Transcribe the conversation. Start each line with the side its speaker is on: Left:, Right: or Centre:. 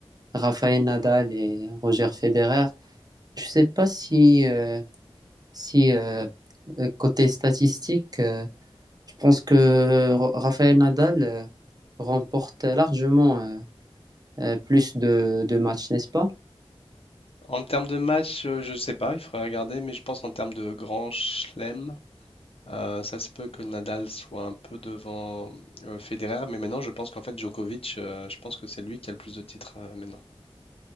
Right: Rafael Nadal et Roger Federer, je sais pas si, euh, si euh, euh, côté statistique, euh, Je pense que Ra- Rafael Nadal euh, remporte largement euh, euh, plus de, de matchs, n'est-ce pas?
Left: En termes de match, euh, je ne sais pas, il faudrait regarder, mais je pense en termes de grand chelem, euh, ça se peut que Nadal soit un peu devant euh, Federer, mais maintenant je pense qu'en fait Djokovic, euh, je pense que c'est lui qui a le plus de titres euh, maintenant.